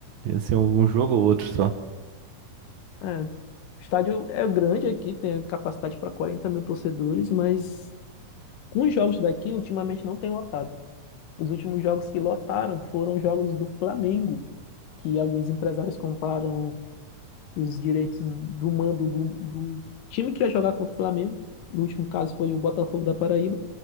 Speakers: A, on the right (about 70°); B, on the left (about 80°).
A: Ia ser um jogo ou outro só.
B: É, o estádio é grande aqui, tem capacidade para 40 mil torcedores, mas com os jogos daqui, ultimamente não tem lotado. Os últimos jogos que lotaram foram os jogos do Flamengo, que alguns empresários compraram os direitos do mando do, do time que ia jogar contra o Flamengo. No último caso foi o Botafogo da Paraíba.